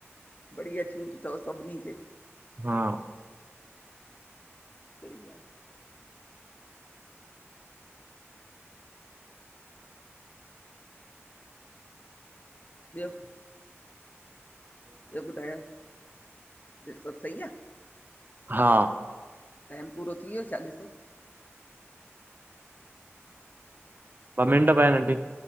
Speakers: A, on the left; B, on the right.
A: बढ़िया छूट तव सभिनी खें।
B: हा।
A: सही आ। ॿियो? ॿियो ॿुधायो ॿियो सभु सही आ।
B: हा।
A: टाइम पूरो थी वियो छा ॾिसो?
B: ॿ मिंट पिया आहिनि अंटी।